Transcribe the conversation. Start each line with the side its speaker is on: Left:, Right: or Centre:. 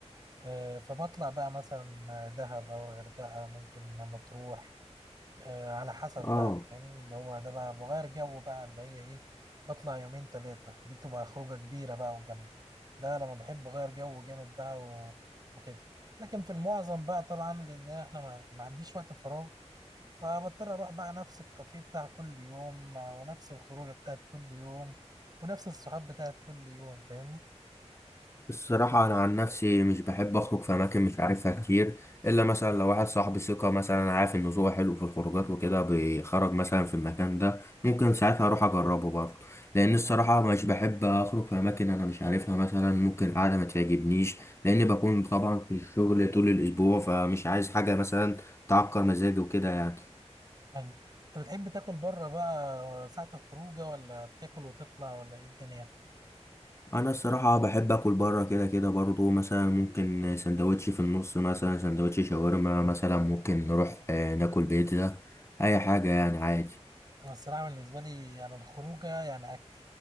Right: آه، فبطلع بقى مثلا دهب أو الغردقة ممكن مطروح آه، على حسب بقى
Left: اه
Right: فاهمني اللي هو ده بقى بغير جو بقى اللي هي إيه بطلع يومين تلاتة دي بتبقى خروجة كبيرة بقى وجامدة ده لما بحب أغير جو جامد بقى و... وكده لكن في المعظم بقى طبعا لأن إحنا ما, ما عنديش وقت فراغ فبضطر اروح بقى نفس الكافيه بتاع كل يوم آه، ونفس الخروجه بتاعت كل يوم ونفس الصحاب بتاعت كل يوم فاهمني
Left: الصراحة أنا عن نفسي مش بحب أخرج في أماكن مش عارفها كتير إلا مثلا لو واحد صاحبي ثقة مثلا عارف إن ذوقه حلو في الخروجات وكده بيخرج مثلا في المكان ده ممكن ساعتها أروح أجربه برضه لأن
Right: ايوه
Left: الصراحة
Right: ايوه
Left: مش بحب أخرج في أماكن أنا مش عارفها مثلا ممكن قاعدة ما تعجبنيش لأن بكون طبعا في الشغل طول الأسبوع فمش عايز حاجة مثلا تعكر مزاجي وكده يعني
Right: ايوه انت بتحب تاكل بره بقى ساعة الخروجه ولا بتاكل وتطلع ولا ايه الدنيا
Left: انا الصراحه بحب اكل بره كده كده برضو مثلا ممكن سندوتش في النص مثلا سندوتش شاورما مثلا ممكن نروح آه، ناكل بيتزا اي حاجه يعني عادي
Right: انا الصراحه بالنسبه لي انا الخروجه يعني اكل